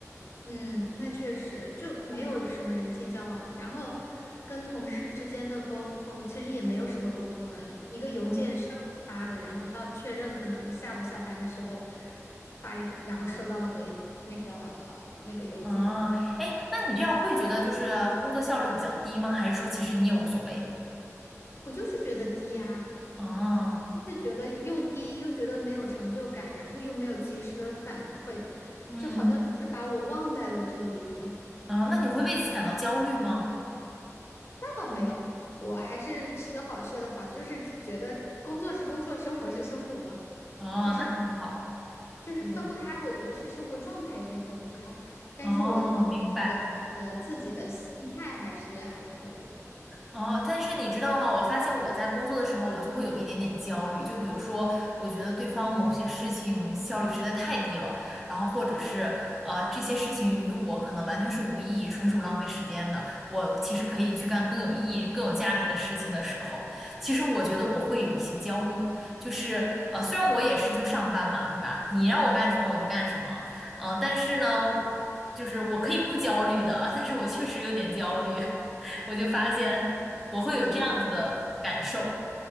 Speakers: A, on the left; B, in the centre.
A: 嗯，那确实就没有什么人际交往，然后跟同事之间的沟通其实也没有什么沟通了，一个邮件上午发的，
B: 嗯。
A: 然后到确认可能下午下班的时候发一个，然后收到了回那个那个邮件，
B: 啊，哎，那你这样会觉得就是工作效率比较低吗？还是说其实你也无所谓？
A: 我就是觉得低呀、
B: 啊，
A: 就是觉得又低，又觉得没有成就感，然后又没有及时的反馈，
B: 嗯，
A: 就好像就是把我忘在了这里一样。
B: 啊，那你会为此感到焦虑吗？
A: 那倒没有，我还是吃得好，睡得好，就是觉得工作是工作，生活是生活嘛，
B: 哦，
A: 就是
B: 那很好。
A: 就是分不开。
B: 对，
A: 我觉得是生活状态有点分不开，但是我的
B: 哦，明白。
A: 我的我的自己的心态还是还可以的。
B: 哦，但是你知道吗？我发现我在工作的时候，我就会有一点点焦虑。就比如说，我觉得对方某些事情效率实在太低了，然后或者是呃这些事情与我可能完全是无意义，纯属浪费时间的。我其实可以去干更有意义、更有价值的事情的时候，其实我觉得我会有一些焦虑。就是呃，虽然我也是就上班嘛，对吧？你让我干什么我就干什么，嗯、但是呢，就是我可以不焦虑的，但是我确实有点焦虑，<laughs> 我就发现。我会有这样子的感受。
A: 我